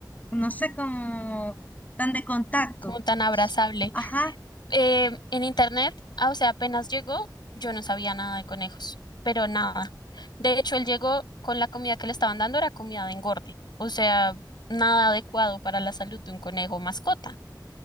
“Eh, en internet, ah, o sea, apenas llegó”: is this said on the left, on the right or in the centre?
Left